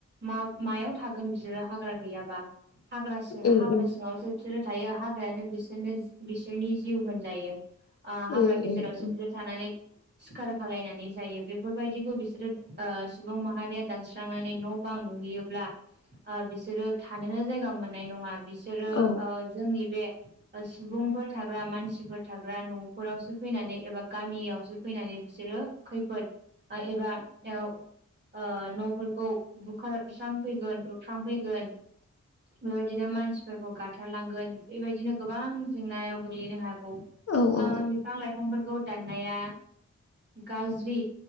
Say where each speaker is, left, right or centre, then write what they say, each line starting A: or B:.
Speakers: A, on the right (about 35°); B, on the left (about 50°).
A: मा मायाव थागोन बिसोरो हाग्रा गैयाबा। हाग्रा सिं
B: उम
A: हाग्रा
B: उम
A: सिङाव जे बिसोरो थायो हाग्रायानो बिसोरनो बिसोरनि जिउ होनजायो। ओ हाग्रा
B: उम
A: गेजेरावसो
B: उम
A: बि थानानै सिखार खालायनानै जायो बेफोरबायदिखौ बिसोरो ओ सुबुं माहारिया दानस्रांनानै न' बां लुैहोयोब्ला ओ बिसोरो थांनोनो जायगा मोननाय नङा बि सोरो
B: औ
A: ओ जोंनि बे सुबुंफोर थाग्रा मानसिफोर थाग्रा न' खरावसो फैनानै एबा गामियावसो फैनानै बिसोरो खैफोद एबा औ ओ न'फोरखौ बुखारस्रांफैगोन उरख्रांफैगोन ओ बेबादिनो मानस फोरखौ गाथारलांगोन बेबायदिनो गोबां जेंनायाव गोलैनो हागौ।
B: औ
A: <unintelligible>
B: औ
A: बिफां लाइफांफोरखौ दाननाया गाज्रि